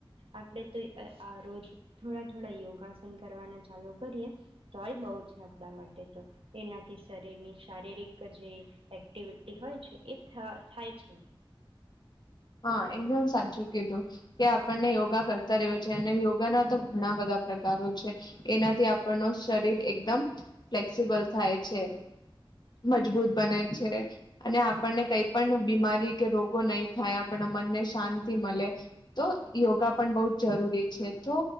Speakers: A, on the right; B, on the left.
A: આપણે તો આ રોજ થોડા થોડા યોગાસન કરવાના ચાલુ કરીએ તોય બહ છે, આપણા માટે તો એનાથી શરીરની શારીરિક જે એક્ટિવિટી હોય છે એ થાય છે.
B: હા એને હું સાચું કીધું કે આપણને યોગા કરતા રહ્યું છે અને યોગાના તો ઘણા બધા પ્રકારો છે એનાથી આપણ ન શરીર એકદમ ફ્લેક્સિબલ થાય છે.
A: હા
B: મજબૂત બને છે. અને આપણને કઈ પણ બીમારી કે રોગો નહી થાય આપ મનને શાંતિ મળે તો યોગા પણ બહ જ જરૂરી છે તો,